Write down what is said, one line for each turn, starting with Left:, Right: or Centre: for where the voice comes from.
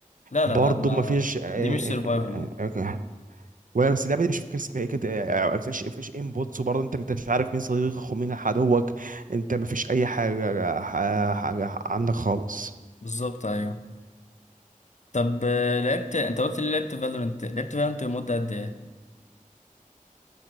Left: لا لا
Right: برضه
Left: لا ما
Right: ما فيش آه، آه،
Left: دي مش سرفايفل لا
Right: آه، آه، ولا بس اللعبه دي مش فاكر اسمها ايه كانت آه، آه، ما فيش ما فيش انبوتس وبرضه انت انت مش عارف مين صديقك ومين عدوك انت ما فيش اي حاجه حاجة- حاجة عندك خالص
Left: بالظبط ايوه طب آه، لعبت انت قلت لي لعبت فالورنت لعبت فالورنت لمده قد ايه